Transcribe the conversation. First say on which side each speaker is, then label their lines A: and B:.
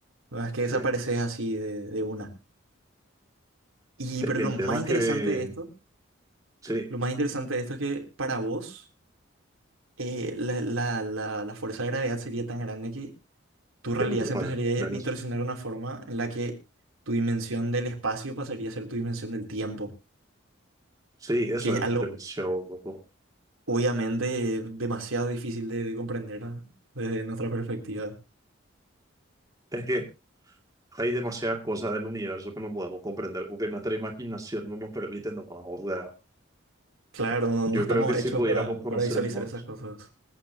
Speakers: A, on the right (about 90°); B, on the right (about 15°).
A: ¿verdad? Es que desapareces
B: Sí,
A: así de, de una. Y
B: Sí,
A: pero
B: el
A: lo más
B: tema
A: interesante
B: es que,
A: de esto,
B: sí,
A: lo más interesante de esto es que para vos eh, la, la, la, la fuerza de gravedad sería tan grande que tu realidad
B: tengo que
A: se empezaría
B: menos.
A: a distorsionar de una forma en la que tu dimensión del espacio pasaría a ser tu dimensión del tiempo,
B: Sí, eso
A: que es
B: es
A: algo
B: el show, loco.
A: obviamente demasiado difícil de, de comprender ¿no? desde nuestra perspectiva.
B: Es que Hay demasiadas cosas del universo que no podemos comprender, porque nuestra imaginación no nos permite nada. O sea,
A: Claro, no,
B: yo
A: no estamos
B: creo que si
A: hechos
B: pudiéramos
A: para,
B: conocer
A: para visualizar
B: el mundo,
A: esas cosas.